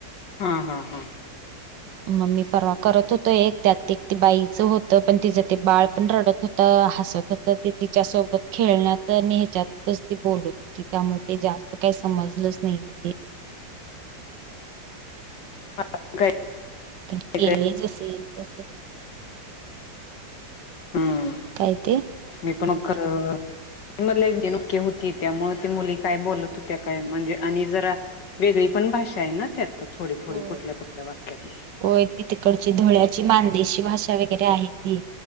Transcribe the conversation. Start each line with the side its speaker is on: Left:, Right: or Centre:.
Left: हा हा हा.
Right: म मी परवा करत होतो एक त्यात एक ते बाईचं होतं, पण तिचं ते बाळ पण रडत होत त हसत होतं ते तिच्या सोबत, खेळण्यात अन ह्याच्यातच ती बोलत होती त्यामुळे ते जा त काही समजलंच नाही ते.
Left: हा काय?
Right: पण केलंय
Left: काय
Right: जस येईल तसं.
Left: हम्
Right: काय ते
Left: मी पण कर अ मधले <unintelligible> होती, त्यामुळे ती मुली काय बोलत होत्या काय म्हणजे आणि जरा वेगळी पण भाषा आहे ना त्यात. थोडी थोडी
Right: होय
Left: कुठल्या कुठल्या वाक्यात
Right: होय ती तिकडची धळ्याची मान देशी भाषा वगैरे आहे ती